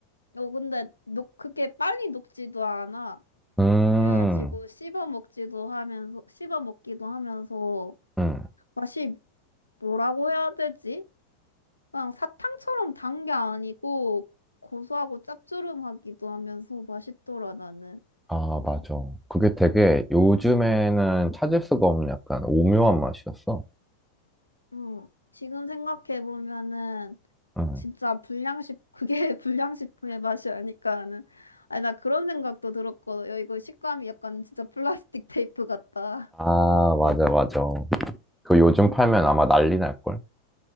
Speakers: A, on the left; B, in the centre.
A: 어 근데 녹 그게 빨리 녹지도 않아.
B: 음,
A: 그래가지고 씹어 먹지도 하면서 씹어 먹기도 하면서
B: 음.
A: 맛이 뭐라고 해야 되지? 그냥 사탕처럼 단 게 아니고 고소하고 짭조름하기도 하면서 맛있더라 나는.
B: 아, 맞아. 그게 되게 요즘에는 찾을 수가 없는 약간 오묘한 맛이었어.
A: 응 지금 생각해 보면은
B: 음.
A: 진짜 불량식 그게 <laughs> 불량식품의 맛이 아닐까 하는. 아니 나 그런 생각도 들었거든. 야, 이거 식감이 약간 진짜 플라스틱 테이프 같다.
B: 아, 맞아, 맞아. 그 요즘 팔면 아마 난리 날걸?